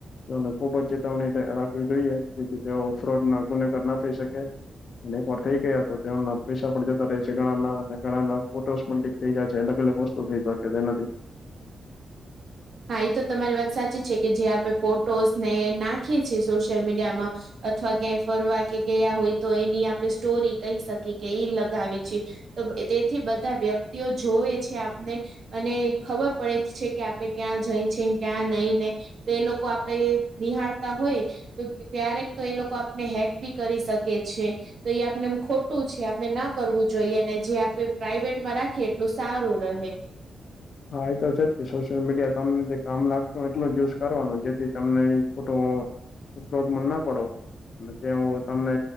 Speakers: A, on the left; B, on the right.
A: તેઓને ખુબ જ ચેતવણી રાખવી જોઈએ જેથી તેઓ ફ્રોડ ના ગુનેગાર ના થઈ શકે અને એક વાર થઇ ગયા તો તે પૈસા પણ જતા રહે છે ઘણા ના ઘણા ફોટોસ પણ લીક થઈ જાય છે અલગ અલગ વસ્તુ થઈ શકે એનાથી
B: હા એ તો તમારી વાત સાચી છે કે જે આપણે ફોટોસ ને નાખીએ છીએ સોશિયલ મીડિયામાં અથવા ક્યાંય ફરવા કે ગયા હોય તો એની આપણે સ્ટોરી કહી શકીએ કે ઈ લગાવી છે તો તેથી બધા વ્યક્તિઓ જોવે છે આપને અને ખબર પડે છે કે આપ ક્યાં જઈ છે ક્યાં નહી ને તો એ લોકો આપડે નિહાળતા હોય તો ક્યારેક તો એ લોકો આપને હેક બી કરી શકે છે. તો એ આપનેમ ખોટું છે આપણે ના કરવું જોઈએ અનેને જે આપણે પ્રાાઈવેટમાં રાખીએ એટલું સારું રહે
A: હા એ તો છે જ કે સોશિયલ મીડિયા તમને જે કામ લાગતું એટલ યુઝ કરવાનું જેથી તમને એ ખોટો ફ્રોડ મ ના પડો એ કે તમને